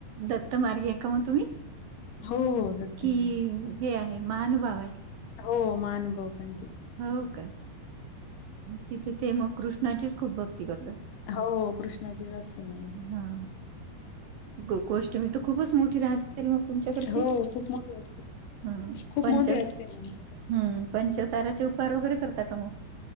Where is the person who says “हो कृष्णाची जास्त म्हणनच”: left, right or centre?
Left